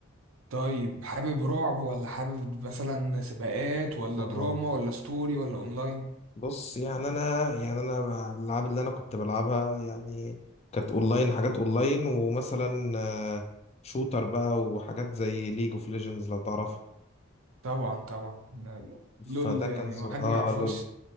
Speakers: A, on the right; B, on the left.
A: طيب حابب رعب ولا حابب مثلا سباقات ولا
B: اه
A: دراما ولا ستوري ولا اونلاين
B: بص يعني انا يعني انا الالعاب اللي انا كنت بلعبها يعني كانت اونلاين حاجات اونلاين ومثلا آه، شوتر بقى وحاجات زي ليج اوف ليجندز لو تعرفها
A: طبعا طبعا لول
B: فده
A: يعني
B: كان ز...
A: هو
B: اه
A: حد ما يعرفهاش
B: لول